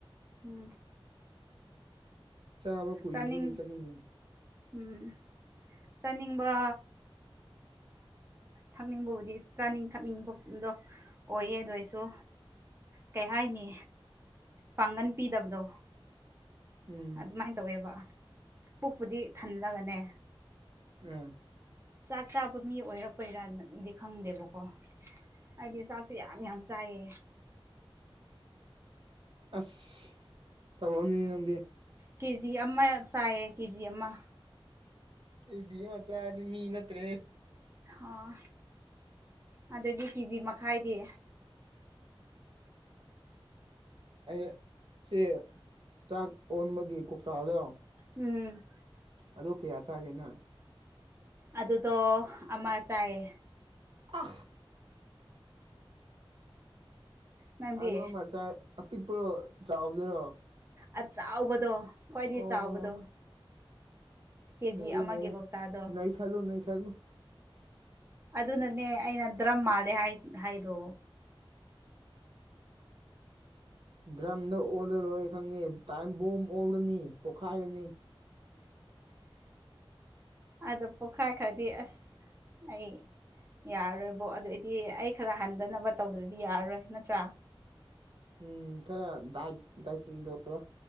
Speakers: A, on the right; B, on the right.
A: ꯎꯝ
B: ꯆꯥꯕ ꯀꯨꯏꯗꯕꯒꯤ
A: ꯆꯥꯅꯤꯡ
B: ꯆꯠꯅꯤꯡꯉꯤꯅꯦ
A: ꯎꯝ ꯆꯥꯅꯤꯡꯕ ꯊꯛꯅꯤꯡꯕꯕꯨꯗꯤ ꯆꯥꯅꯤꯡ ꯊꯛꯅꯤꯡꯕꯗꯣ ꯑꯣꯏꯌꯦ ꯑꯗꯨ ꯑꯣꯏꯁꯨ ꯀꯩ ꯍꯥꯏꯅꯤ ꯄꯥꯡꯒꯟ ꯄꯤꯗꯕꯗꯣ
B: ꯎꯝ
A: ꯑꯗꯨꯃꯥꯏꯅ ꯇꯧꯋꯦꯕ ꯄꯨꯛꯄꯨꯗꯤ ꯊꯜꯂꯒꯅꯦ
B: ꯎ
A: ꯆꯥꯛ ꯆꯥꯕ ꯃꯤ ꯑꯣꯏꯔꯛꯄꯩꯔꯥ ꯅꯪꯗꯤ ꯈꯪꯗꯦꯕꯀꯣ ꯑꯗꯤ ꯆꯥꯛꯁꯨ ꯌꯥꯝ ꯌꯥꯝ ꯆꯥꯌꯦ
B: ꯑꯁ ꯇꯧꯔꯛꯅꯤꯅꯦ ꯅꯪꯗꯤ
A: ꯀꯦꯖꯤ ꯑꯃ ꯆꯥꯏꯌꯦ ꯀꯦꯖꯤ ꯑꯃ
B: ꯀꯦꯖꯤ ꯑꯃꯥ ꯆꯥꯔꯗꯤ ꯃꯤ ꯅꯠꯇ꯭ꯔꯦ
A: ꯑꯣ ꯑꯗꯨꯗꯤ ꯀꯦꯖꯤ ꯃꯈꯥꯏꯗꯤ
B: ꯑꯩ ꯁꯦ ꯆꯥꯛ ꯑꯣꯟꯕꯒꯤ ꯀꯧꯇꯥꯗꯣ
A: ꯎꯝ
B: ꯑꯗꯣ ꯀꯌꯥ ꯆꯥꯒꯦꯅ
A: ꯑꯗꯨꯗꯣ ꯑꯃ ꯆꯥꯏꯌꯦ
B: ꯑ
A: ꯅꯪꯗꯤ
B: ꯑ ꯑꯃꯆꯥ ꯑꯄꯤꯛꯄꯣ ꯆꯥꯎꯗꯔꯣ
A: ꯑ ꯆꯥꯎꯕꯗꯣ ꯈ꯭ꯋꯥꯏꯗꯒꯤ
B: ꯑꯣ
A: ꯆꯥꯎꯕꯗꯣ ꯀꯦ
B: ꯅꯩꯔꯦ
A: ꯖꯤ ꯑꯃꯒꯤ
B: ꯅꯩꯔꯦ
A: ꯀꯧꯇꯥꯗꯣ
B: ꯅꯩꯁꯜꯂꯨ ꯅꯩꯁꯜꯂꯨ
A: ꯑꯗꯨꯅꯅꯦ ꯑꯩꯅ ꯗ꯭ꯔꯝ ꯃꯥꯜꯂꯦ ꯍꯥꯏꯔꯛꯑꯣ
B: ꯗ꯭ꯔꯝꯗ ꯑꯣꯜꯂꯔꯣꯏ ꯈꯪꯉꯦ ꯇꯥꯏꯝ ꯕꯣꯝ ꯑꯣꯜꯂꯅꯤ ꯄꯣꯛꯈꯥꯏꯔꯅꯤ
A: ꯑꯗꯣ ꯄꯣꯛꯈꯥꯏ ꯈꯔꯗꯤ ꯑꯁ ꯑꯩ ꯌꯥꯔꯔꯣꯏꯕꯣꯛ ꯑꯗꯨꯏꯗꯤ ꯑꯩ ꯈꯔ ꯍꯟꯗꯅꯕ ꯇꯧꯗꯗꯤ ꯌꯥꯔꯔꯣꯏ ꯅꯠꯇ꯭ꯔꯥ
B: ꯎꯝ ꯈꯔ ꯗꯥ ꯗꯥꯏꯤꯡꯗꯧꯔꯣ